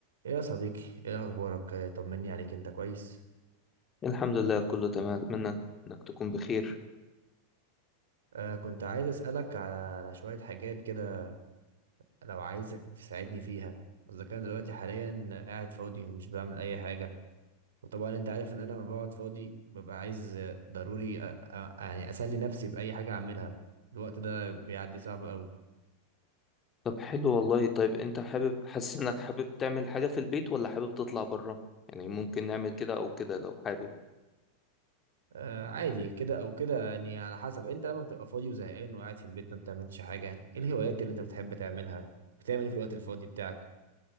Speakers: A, on the right; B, on the left.
A: ايه يا صديقي ايه اخبارك آه، طمني عليك انت كويس
B: الحمد لله كله تمام اتمنى انك تكون بخير
A: آه كنت عايز اسالك على على شويه حاجات كده لو عايزك تساعدني فيها اذا كان دلوقتي حاليا قاعد فاضي ومش بعمل اي حاجه وطبعا انت عارف ان انا لما بقعد فاضي ببقى عايز آه، ضروري أ- أ- يعني اسلي نفسي باي حاجه اعملها الوقت ده بيعدي صعب قوي
B: طب حلو والله طيب انت حابب حاسس انك حابب تعمل حاجة في البيت ولا حابب تطلع بره يعني ممكن نعمل كده او كده لو حابب
A: آه عادي كده او كده يعني على حسب انت لما بتبقى فاضي وزهقان وقاعد في البيت ما بتعملش حاجه يعني ايه الهوايات اللي انت بتحب تعملها بتعمل ايه في الوقت الفاضي بتاعك